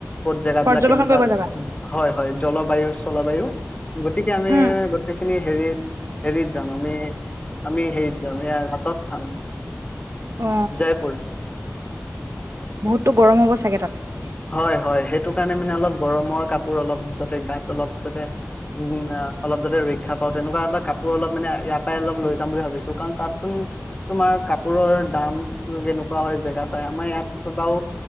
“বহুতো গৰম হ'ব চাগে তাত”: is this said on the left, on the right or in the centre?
Right